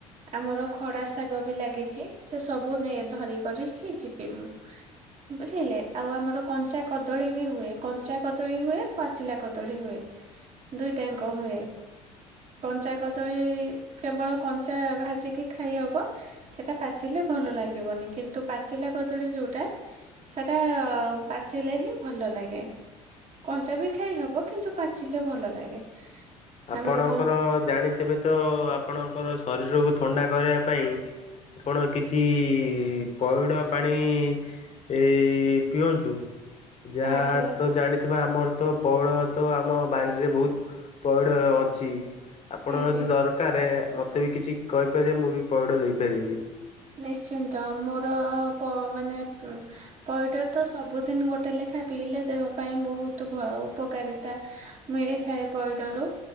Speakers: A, on the right; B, on the left.
A: ଆମର ଖଡା ଶାଗ ବି ଲାଗିଛି ସେ ସବୁ ନେ ଧରି କରିକି ଯିବ <unintelligible> ବୁଝିଲେ ଆଉ ଆମର କଞ୍ଚା କଦଳୀ ବି ହୁଏ କଞ୍ଚା କଦଳୀ ହୁଏ। ପାଚିଲା କଦଳୀ ହୁଏ ଦୁଇଟାଙ୍କ ହୁଏ। କଞ୍ଚା କଦଳୀ କେବଳ କଞ୍ଚା ଭାଜିକି ଖାଇହବ। ସେଟା ପାଚିଲେ ଭଲ ଲାଗିବନି କିନ୍ତୁ ପାଚିଲା କଦଳୀ ଯୋଉଟା ସେଟା ପାଚିଲେ ହିଁ ଭଲ ଲାଗେ କଞ୍ଚାବି ଖାଇ ହବ କିନ୍ତୁ ପାଚିଲେ ଭଲ ଲାଗେ।
B: ଆପଣଙ୍କର
A: ଆମର କଣ
B: ଜାଣିଥିବେ ତ ଆପଣଙ୍କର ଶରୀରକୁ ଥଣ୍ଡା କରିବା ପାଇଁ ଆପଣ କିଛି ପଇଡ଼ ପାଣି ଏଇ ପିଅନ୍ତୁ। ଯାହା
A: ଆଜ୍ଞା
B: ତ ଜାଣିଥିବ ଆମର ତ ପଉଳ ତ ଆମ ବାରିରେ ବହୁତ। ପଇଡ଼ ଅଛି ଆପଣଙ୍କର
A: ଆଜ୍ଞା।
B: ଯଦି ଦର କାରେ ମତେ ବି କିଛି କହିପାରିବେ ମୁଁ ବି ପଇଡ଼ ଦେଇପାରିବି।
A: ନିଶ୍ଚିନ୍ତ ମୋର ପ ମାନେ ପଇଡ଼ ତ ସବୁଦିନ ଗୋଟେ ଲେଖା ପିଇଲେ ଦେହ ପାଇଁ ବହୁତ ଭ ଉ ପକାରିତା ମିଳିଥାଏ ପଇଡ଼ ରୁ